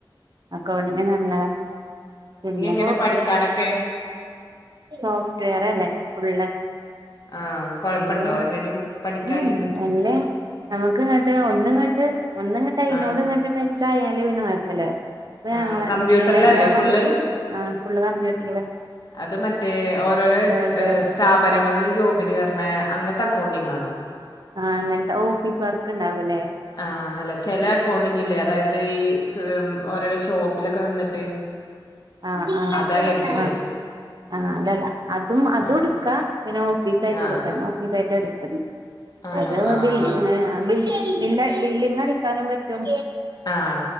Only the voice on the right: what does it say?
അക്കൗണ്ടിങ്ങിന് നല്ലത പിന്നെ
സോഫ്റ്റ്‌വെയറല്ലേ ഫുള്ള്
ഒരു
ഉം നല്ല നമുക്ക് ഇങ്ങട്ട് ഒന്ന് ഇങ്ങട്ട് ഒന്ന് ഇങ്ങട്ട് അയിനോട്
ഇങ്ങട് ട്ടച്ചായാല് പിന്നെ കൊയപ്പല്ല അപ്പ ഞങ്ങളെ
ഇന്ത്യയിലെ ഞാൻ
പഠിച്ച് ഫുള്ള് കമ്പ്യൂട്ടർല്
വേൾഡ്
ആ അങ്ങൻത്തെ ഓഫീസ് വർക്ക് ഇണ്ടാവുല്ലേ
ആഹ ആ ആഹ
ആഹ അതല്ല അതും അതുംഎടുക്കാ
പിന്നെ ഓഫീസായ്റ്റുംഎടുക്ക
ഞാൻ ഓഫീസാറ്റാ എടുത്ത്
അത്
ബിൽന്ന് അബിൽ ബില്ല ബില്ലിങടിക്കാനും പറ്റും